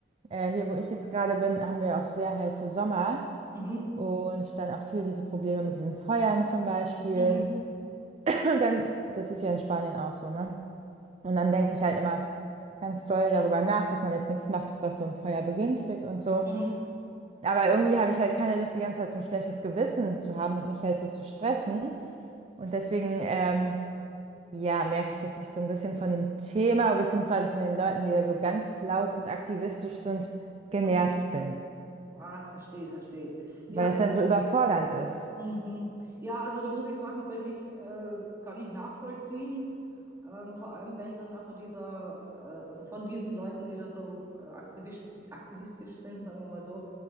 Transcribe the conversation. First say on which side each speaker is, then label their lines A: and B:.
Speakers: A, on the right; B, on the right.
A: äh, hier, wo ich jetzt gerade bin, haben wir auch sehr heiße Sommer.
B: mhm,
A: Und dann auch viel diese Probleme mit diesen Feuern zum Beispiel.
B: mhm,
A: <clears throat> Und dann, das ist ja in Spanien auch so, ne? Und dann denke ich halt immer ganz doll darüber nach, dass man jetzt nichts macht, was so ein Feuer begünstigt und so.
B: mhm,
A: Aber irgendwie habe ich halt keine Lust, die ganze Zeit so ein schlechtes Gewissen zu haben und mich halt so zu stressen. Und deswegen, ähm, ja, merke ich, dass ich so ein bisschen von dem Thema, beziehungsweise von den Leuten, die da so ganz laut und aktivistisch sind, genervt
B: mhm.
A: bin.
B: Ah, verstehe, verstehe.
A: Weil
B: Ja,
A: es dann so überfordernd ist.
B: Mhm. Ja, also da muss ich sagen, bin ich, äh, kann ich nachvollziehen. Ähm, vor allem, wenn dann nachher dieser, äh, also von diesen Leuten, die da so äh, aktivist, aktivistisch sind, sagen wir mal so,